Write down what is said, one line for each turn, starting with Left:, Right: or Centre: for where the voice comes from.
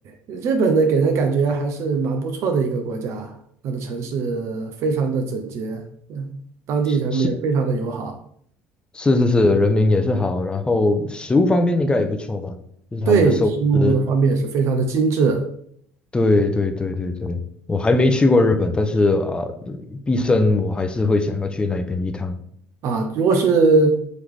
Right: 对，日本呢给人感觉还是蛮不错的一个国家，它的城市非常的整洁，嗯，当地人民也非常的友好，
Left: 是是是是是，人民也是好，然后食物方面应该也不错吧，就是他们的寿司。
Right: 对生活的方面也是非常的精致
Left: 对对对对对，我还没去过日本，但是啊，毕生我还是会想要去那边一趟。
Right: 啊。如果是